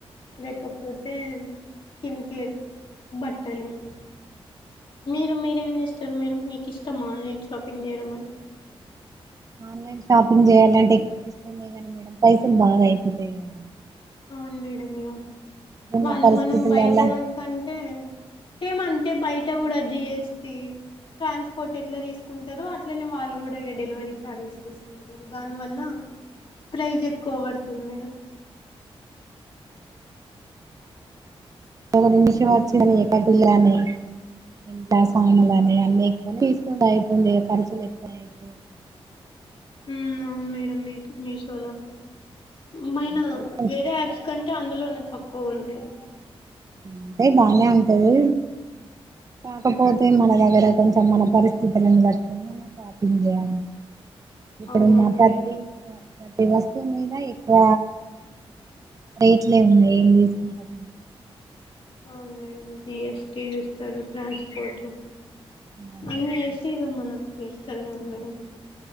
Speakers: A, on the left; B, on the right.
A: లేకపోతే స్కిన్ కేర్ బట్ బట్టలు మీరు మీరేం చేస్ తరు మేడం మీకు ఇష్టమా ఆన్లైన్ షాపింగ్ చేయడం అంటే
B: ఆన్లైన్ షాపింగ్ చేయాలంటే ఇష్టమే కానీ మేడం పైసలు బాగా అయిపోతయి కదా
A: అవును మేడం ఇగ
B: ఉన్న
A: వాళ్ళు
B: పరిస్థితులల్ల
A: మనం బయట దానికంటే సేమ్ అం తే బయట కూడ జీఎస్టీ ట్రాన్స్పోర్ట్ ఎట్ల తీసుకుంటరో అట్లనే వాళ్ళు కూడా ఇగా డెలివరీ చార్జెస్ తీసుకుంటరు దానివల్ల ప్రైజ్ ఎక్కువ పడుతది మేడం
B: ఒకటి మిషో వచ్చిందని ఎప్పటి లానే ఇంట్ల సాములనీ అన్నీ ఎక్కువనే తీసుకుండు అయితుంది ఇగా ఖర్చులు ఎక్కువ అయితాయి
A: మ్ అవును మేడం మీట్ మీషోలో ఏమైనా
B: పైసలు
A: వేరే యాప్స్ కంటే అందులోనే తక్కువ ఉంటయి
B: అంటే బానే ఉంటది కాకపోతే
A: అవును మేడం
B: మన దగ్గర కొంచెం మన పరిస్థితులను పట్టుకొని మనం షాపింగ్ చేయాలి ఇప్పుడున్న
A: అవునవును
B: ప్రతి
A: మేడం
B: ప్రతి వస్తువు మీద ఎక్కువ రేట్లే ఉన్నాయి ఏం తీసుకుంటం
A: అవును మేడం జిఎస్టి ఇస్తారు ట్రాన్స్పోర్ట్
B: అవన్నీ
A: అన్ని
B: ఎక్కువే
A: యేషి ఇగా మనకు ఇస్తారు కదా మేడం